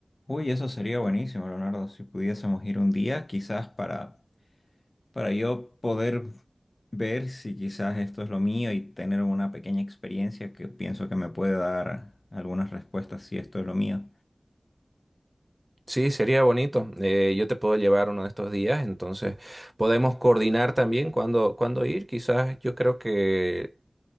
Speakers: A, on the left; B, on the right.
A: Uy, eso sería buenísimo, Leonardo, si pudiésemos ir un día, quizás para, para yo poder ver si quizás esto es lo mío y tener una pequeña experiencia que pienso que me puede dar algunas respuestas si esto es lo mío.
B: Sí, sería bonito. Eh, yo te puedo llevar uno de estos días, entonces podemos coordinar también cuándo, cuándo ir. Quizás yo creo que